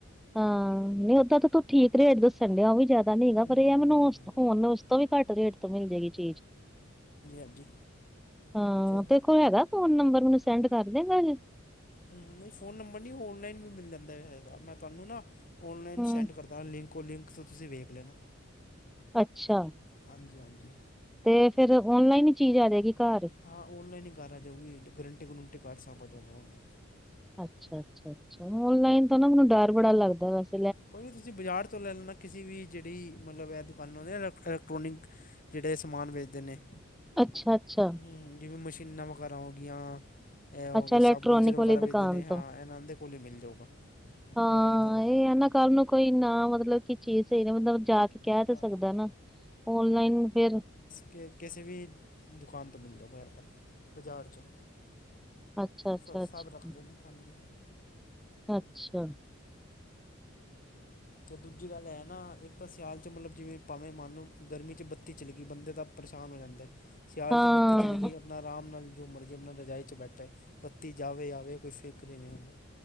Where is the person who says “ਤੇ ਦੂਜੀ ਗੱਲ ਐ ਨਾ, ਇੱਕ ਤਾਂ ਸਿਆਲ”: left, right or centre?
Left